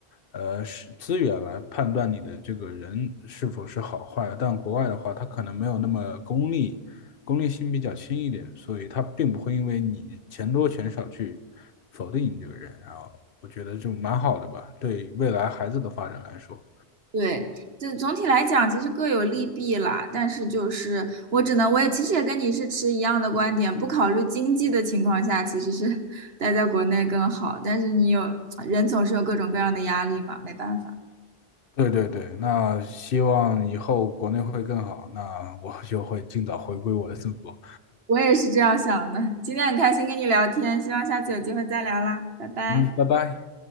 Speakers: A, on the left (about 65°); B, on the right (about 75°).
A: 呃是资源来判断你的这个人是否是好坏。但国外的话，他可能没有那么功利，功利性比较轻一点，所以他并不会因为你钱多钱少去否定你这个人。然后我觉得就蛮好的吧，对未来孩子的发展来说。
B: 对，这总体来讲其实各有利弊啦。但是就是我只能，我也其实也跟你是持一样的观点，不考虑经济的情况下，其实是待在国内更好。但是你有，人总是有各种各样的压力嘛，没办法。
A: 对对对，那希望以后国内会更好，那我就会尽早回归我的祖国。
B: 我也是这样想的。今天很开心跟你聊天，希望下次有机会再聊啦，拜拜。
A: 嗯，拜拜。